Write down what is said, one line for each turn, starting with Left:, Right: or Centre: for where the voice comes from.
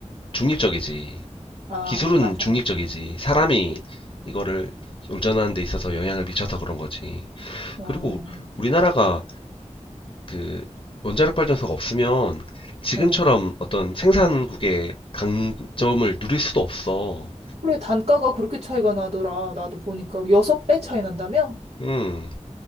Left: 중립적이지.
Right: 아,
Left: 기술은
Right: 맞아,
Left: 중립적이지.
Right: 맞아.
Left: 사람이
Right: 그치.
Left: 이거를 운전하는 데 있어서 영향을 미쳐서 그런 거지.
Right: 어,
Left: 그리고 우리나라가 그 원자력 발전소가 없으면 지금처럼
Right: 어.
Left: 어떤 생산국의 강점을 누릴 수도 없어.
Right: 그래, 단가가 그렇게 차이가 나더라. 나도 보니까 여섯 배 차이 난다며?
Left: 음,